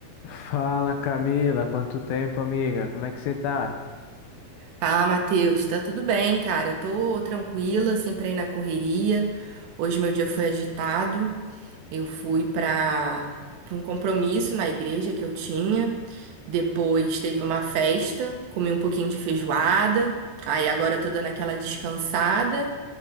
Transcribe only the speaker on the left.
Fala Camila, quanto tempo, amiga? Como é que você tá?